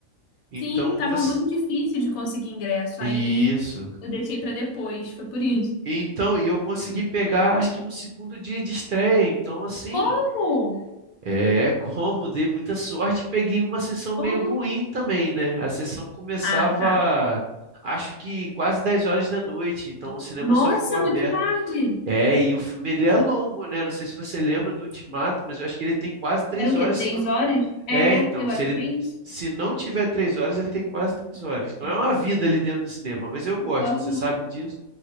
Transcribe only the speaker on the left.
sim, tava
muito difícil de conseguir ingresso,
aí eu deixei pra depois, foi por isso.
Como?
Como?
Ah, tá.
Nossa,
muito tarde.
Eram o
quê? Três
horas? É,
eu
acho
que é isso.
Aham,